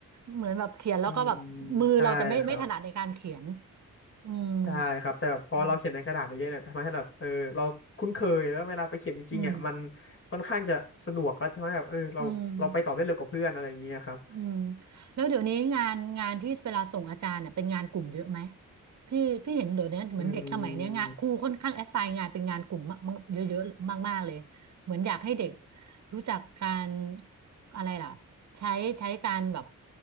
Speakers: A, on the right; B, on the left.
A: เหมือนแบบเขียนแล้วก็แบบมือเราจะไม่ไม่ถนัดในการเขียน
B: อืมใช่ครับ
A: อืม
B: ใช่ครับแต่แบบพอเราเขียนในกระดาษเยอะๆเนี่ยทำให้แบบเออเราคุ้นเคยแล้วเวลาไปเขียนจริงๆเนี่ยมัน
A: อืม
B: ค่อนข้างจะสะดวกแล้วใช่ไหมแบบเออเราเราไปต่อได้เร็วกว่าเพื่อนอะไรอย่างเงี้ยครับ
A: อืม อืมแล้วเดี๋ยวนี้งานงานที่เวลาส่งอาจารย์เนี่ยเป็นงานกลุ่มเยอะไหมพี่พี่เห็นเดี๋ยวนี้เหมือนเด็กสมัยเนี้ยงานครูค่อนข้างแอสไซน์งานเป็นงานกลุ่มมากๆเยอะๆมากๆเลยเหมือนอยากให้เด็ก
B: อืม
A: รู้จักการอะไรล่ะใช้ใช้การแบบ